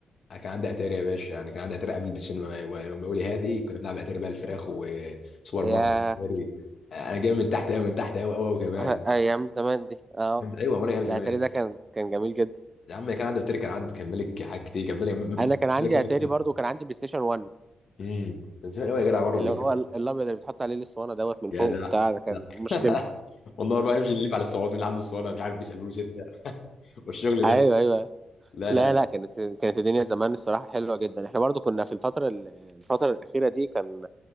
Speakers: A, on the left; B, on the right.
A: أنا كان عندي اتاري يا باشا يعني كان عندي اتاري قبل البلاي ستيشن ما ما- ما يقول لي هادي كنا بنلعب اتاري بقى الفراخ وسوبر
B: يا
A: ماريو اتاري آه، انا جاي من تحت قوي من تحت قوي قوي قوي كمان
B: <laughs> أيام زمان دي اه
A: ايوه وانا ايام زمان
B: الأتاري ده كان كان جميل جدا
A: يا عم كان عنده اتاري كان عنده كان ملك حاجات كتير كان ملك
B: أنا كان عندي
A: ملك
B: أتاري
A: ملك
B: برضو وكان عندي بلاي ستيشن 1
A: امم كان زمان قوي يا جدع برضه
B: اللي
A: يا
B: هو
A: جدع
B: ال- الأبيض اللي بتحط عليه الأسطوانة دوت من
A: يا
B: فوق
A: جدع.
B: بتاع ده كان مشكلة
A: <laughs> والله بقى يمشي يلف على الصعود من اللي عنده الصالة مش عارف بيسأل ستة والشغل
B: أيوه
A: ده
B: أيوه
A: لا
B: لا
A: لا لا
B: لا كانت كانت الدنيا زمان الصراحة حلوة جدا احنا برضو كنا في الفترة ال- الفترة الأخيرة دي كان